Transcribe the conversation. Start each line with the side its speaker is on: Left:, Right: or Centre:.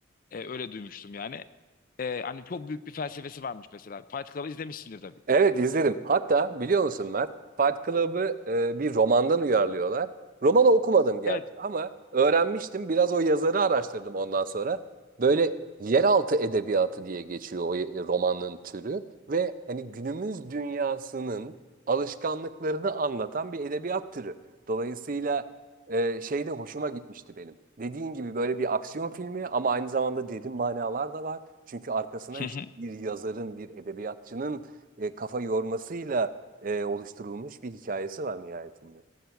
Left: E, öyle duymuştum yani. E, hani çok büyük bir felsefesi varmış mesela. Fight Club'ı izlemişsindir tabii ki.
Right: Evet izledim. Hatta biliyor musun Mert? Fight Club'ı e, bir romandan uyarlıyorlar. Romanı okumadım gerçi
Left: Evet.
Right: ama öğrenmiştim. Biraz o yazarı araştırdım ondan sonra. Böyle yeraltı edebiyatı diye geçiyor o e, romanın türü ve hani günümüz dünyasının alışkanlıklarını anlatan bir edebiyat türü. Dolayısıyla e, şey de hoşuma gitmişti benim. Dediğin gibi böyle bir aksiyon filmi ama aynı zamanda derin manalar da var. Çünkü arkasına
Left: <laughs>
Right: işte bir yazarın, bir edebiyatçının e, kafa yormasıyla e, oluşturulmuş bir hikayesi var nihayetinde.